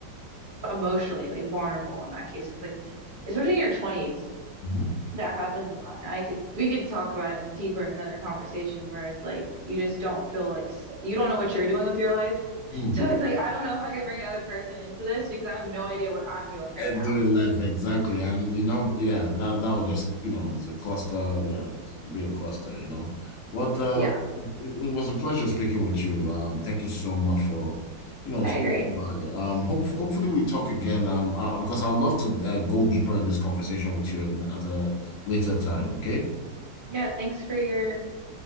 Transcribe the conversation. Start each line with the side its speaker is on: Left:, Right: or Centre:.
Right: emotionally, like vulnerable in that case. Cause like, especially in your 20s,
Left: Mm-hmm.
Right: That happens a lot. I could we could talk about it deeper in another conversation where it's like you just don't feel like s- you don't know what you're doing with your life. <laughs>
Left: Mm.
Right: So it's like I don't know if I could bring another person into this because I have no idea what I'm doing right
Left: Uh, do
Right: now.
Left: it left exactly, and you know, yeah, that that would just you know, it's a cluster. Yeah, it's be a cluster. You know, but uh,
Right: Yeah,
Left: it, it was a pleasure speaking with you. Um, thank you so much for, you know,
Right: I
Left: stopping
Right: agree.
Left: by. Um, hope hopefully we talk again. Um, uh, because I'd love to uh, go deeper in this conversation with you at, at a later time. Okay.
Right: Yeah, thanks for your